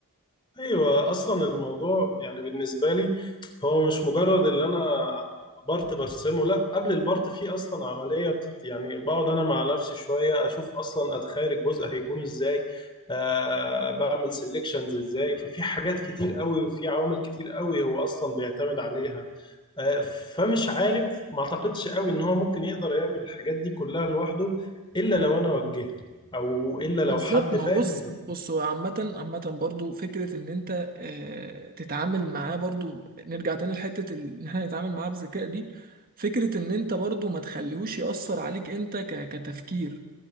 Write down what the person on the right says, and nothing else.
بالظبط
ما
هو بص بص هو عامة عامة برضو فكرة إن أنت آه، تتعامل معاه برضو نرجع تاني لحتة ال- إن احنا نتعامل معاه بذكاء دي فكرة إن أنت برضو ما تخليهوش يأثر عليك أنت ك- كتفكير